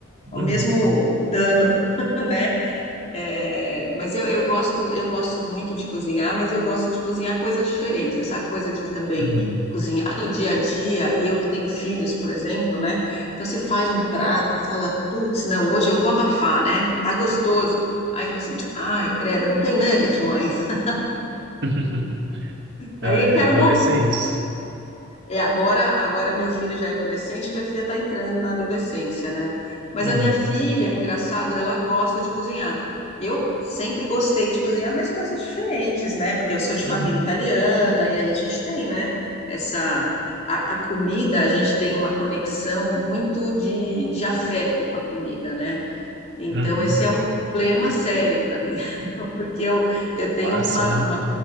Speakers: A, on the left; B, on the right.
A: O
B: Uhum.
A: mesmo dano, <laughs> né? É, mas eu, eu gosto, eu gosto muito de cozinhar, mas eu gosto de cozinhar coisas diferentes. Essa coisa de também
B: Uhum.
A: cozinhar no dia a dia, e eu que tenho filhos, por exemplo, né? Então você faz um prato, fala, putz, não, hoje eu vou abafar, né? Tá gostoso. Aí fala assim, ai, credo, não tem nugget, mãe. <laughs>
B: <laughs>
A: Aí
B: Ah,
A: eu
B: é,
A: quero
B: adolescentes?
A: morrer. É, agora, agora meu filho já é adolescente, minha filha está entrando na adolescência, né? Mas
B: Uhum.
A: a minha filha, engraçado, ela gosta de cozinhar. Eu sempre gostei de cozinhar, mas coisas diferentes, né? Porque eu sou de
B: Uhum.
A: família italiana e aí a gente tem, né? Essa a, a comida, a gente tem uma conexão muito de, de afeto com a comida, né? Então
B: Uhum.
A: esse é um problema sério para mim, <laughs> porque eu, eu tenho
B: Massa,
A: uma,
B: né?
A: uma